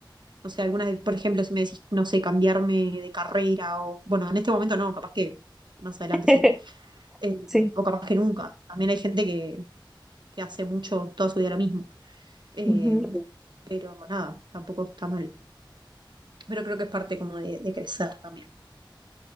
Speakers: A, on the right; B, in the centre.
A: no sé, algunas, de- por ejemplo, si me decís, no sé, cambiarme de carrera o, bueno, en este momento no, capaz que más adelante
B: <laughs>
A: sí, eh,
B: Sí.
A: o capaz que nunca. También hay gente que, que hace mucho toda su vida lo mismo. Eh,
B: ujú.
A: pero nada, tampoco está mal. pero creo que es parte como de, de crecer también.